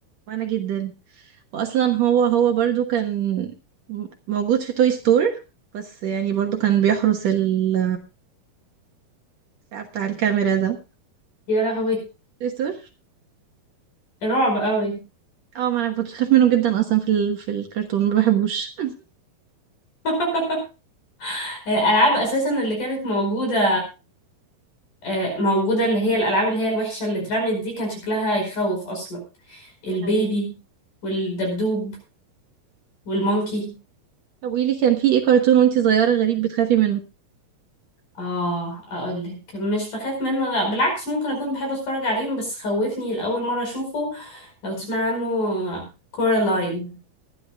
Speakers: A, on the right (about 60°); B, on the left (about 55°).
A: وانا جدا واصلا هو هو برضو كان م- موجود في توي ستور بس يعني برضو كان بيحرس ال بتاع بتاع الكاميرا ده
B: يا لهوي
A: توي ستور
B: رعب قوي
A: اه ما انا كنت بخاف منه جدا اصلا في ال... في الكرتون ما بحبوش
B: <laughs> الالعاب اساسا اللي كانت موجوده آه، موجودة اللي هي الألعاب اللي هي الوحشة اللي اترمت دي كان شكلها يخوف أصلا البيبي
A: <laughs> ده حقيقي.
B: والدبدوب والمونكي
A: طب قولي لي كان في ايه كرتون وانتي صغيرة غريب بتخافي منه
B: اه اقولك مش بخاف منه لا بالعكس ممكن اكون بحب اتفرج عليهم بس خوفني لاول مره اشوفه لو تسمع عنه كورالاين